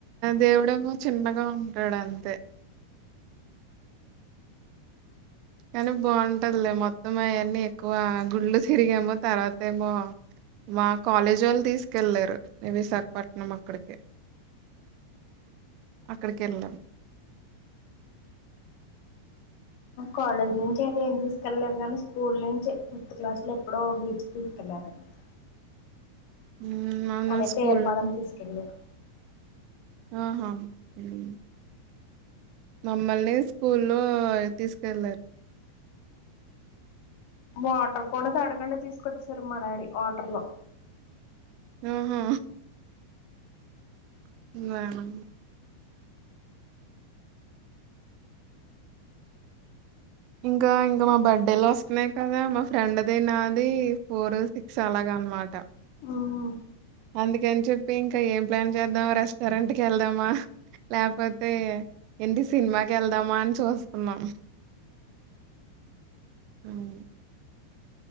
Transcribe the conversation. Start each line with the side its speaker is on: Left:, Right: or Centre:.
Right: దేవుడేమో చిన్నగా ఉంటాడు అంతే కానీ బావుంటదిలే మొత్తం అయన్నీ ఎక్కువ గుళ్లు తిరిగాము తర్వాత ఏమో మా కాలేజీ వాళ్ళు తీసుకెళ్ళారు విశాఖపట్నం అక్కడికి అక్కడికెళ్ళాము
Left: కాలేజ్ నుంచే తే ఏం తీసుకెళ్ళ లేదు కానీ స్కూల్ నుంచి ఫిఫ్త్ క్లాస్ లో ఎప్పుడో బీచ్ కి తీసుకెళ్లారు అంతే
Right: హ్మ్. నన్ను
Left: అదే
Right: స్కూల్
Left: పేరుపాళెం తీసుకెళ్ళారు
Right: ఆహా ఉమ్ మమ్మల్ని స్కూల్లో తీసుకెళ్ళారు
Left: వాటర్ కూడా తాడకుండా తీసుకొచ్చేశారు మా డాడీ ఆటర్ లో
Right: ఆహా <unintelligible> ఇంకా ఇంకా మా బర్డే లొస్తున్నాయి కదా మా ఫ్రెండ్ ది నాది ఫోర్ సిక్స్ అలాగ అనమాట
Left: ఆహా
Right: అందుకని చెప్పి ఇంకా ఏం ప్లాన్ చేద్దాం రెస్టారెంట్ కెళ్దామా లేకపోతే ఏంటి సినిమాకెళ్దామా అని చూస్తున్నాం <inaudible>